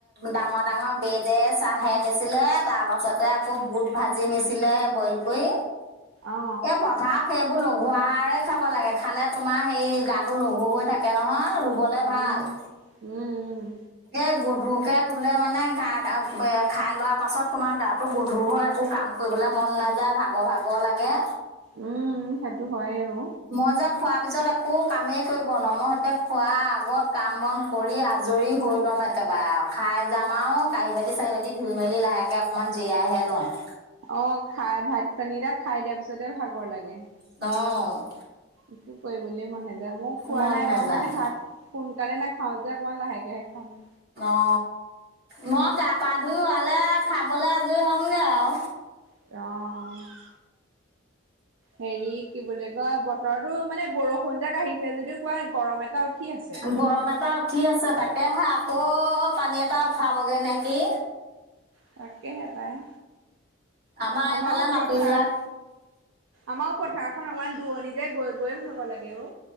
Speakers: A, on the right; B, on the right.
A: ডাঙৰ ডাঙৰ বেদে চাহে আনিছিলে তাৰ পাছতে আকৌ বুট ভাজি নিছিলে বইল কৰি
B: অ অ
A: এ পথাত সেইবোৰ লঘু আহাৰেই খাব লাগে খালে তোমাৰ সেই গাটো লঘু হৈ থাকে নহয় ৰু ৰুবলে ভাল
B: উম উম উম
A: এই গধুৰকে ৰুলে মানে গা খাই লোৱাৰ পাছত তোমাৰ গাটো গধুৰ হয় একো কাম কৰিবলে মন নাযায় ভাগৰ ভাগৰ লাগে
B: উম সেইটো হয়েও
A: মই যে খোৱাৰ পিছত একো কামেই কৰিব নোৱাৰো মই হেতুকে খোৱাৰ আগত কাম বন কৰি আজৰি হৈ লম একেবাৰে আও খাই যাম আও কাঁহী বাতি চাহি বাতি ধুই মেলি লাহেকে অকনমান জীয়াইহে লওঁ
B: অ খাই ভাত পানী এতিয়া খাই দিয়াৰ পিছতে ভাগৰ লাগে
A: অ
B: একো কৰিবলে মন নাযায় মো খোৱা
A: মন
B: নাই
A: নাযায়
B: বাৰু মানে ভাত সোনকালে নাখাও যে অকমান লাহেকাহে খাম
A: অ মই গা পা ধুই হোৱালে খাবলে আজৰি হ'মগৈ আও
B: অ হেৰি কি বুলি কয় বতৰতো মানে বৰষুণজাক আহিছে যদিও কোৱা গৰম এটা উঠি আছে
A: গৰম এটা উঠি আছে তাকেহে আকৌ পানী এটা উঠাবগে নে কি
B: তাকেহে পাই
A: আমাৰ
B: আমাৰো
A: এইফালে মাটিবিলাক
B: পথাৰ আমাৰো পথাৰখন অলমান দূৰণি যে গৈ গৈ ভাগৰ লাগে অ